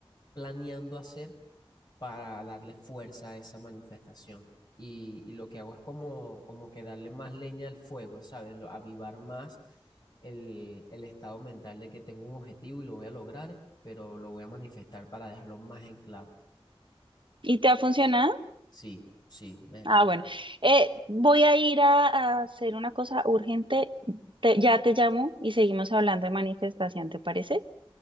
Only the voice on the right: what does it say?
¿Y te ha funcionado?
Ah, bueno.
Eh, voy a ir a, a hacer una cosa urgente. Te- ya te llamo y seguimos hablando de manifestación, ¿te parece?